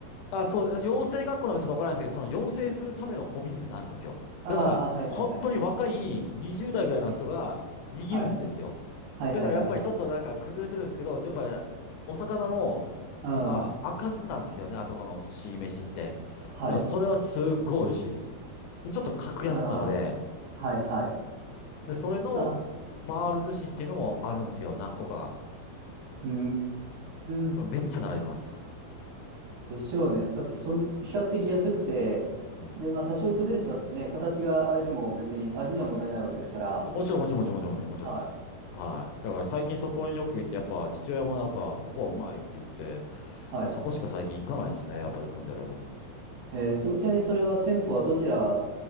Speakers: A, on the left (about 85°); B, on the right (about 65°).
A: あ、そう、養成学校なんかちょっとわからないですけど、その養成するためのお店なんですよ。
B: ああー、
A: だから、
B: はいはいはい。
A: 本当に若い20代ぐらいの人が握るんですよ。
B: はい。はいはいはいはい。
A: だからやっぱりちょっとなんか崩れてるんですけど、やっぱりお魚のとか赤酢なんですよね、
B: うん。
A: あそこの寿司飯って。
B: はい。
A: でもそれはすっごい美味しいです。で、ちょっと格安なので、
B: ああ、はいはい。
A: で、それの
B: あ、
A: 回る寿司っていうのもあるんですよ、何個か
B: うーん。
A: が。めっちゃ並びます。
B: でしょうね。だってそん、比較的安くて、
A: うん
B: で、まあ多少崩れてたってね、形があれでも別に味には問題ないわけですから。
A: もちろん、もちろん、もちろん、もちろん、もちろんです。
B: はい。
A: はい。だから最近そこによく行って、やっぱ父親もやっぱ、ここはうまいって言って、
B: はい。
A: もうそこしか最近行かないですね。やっぱ行くんであれば。
B: えーそ、ちなみにそれは店舗はどちら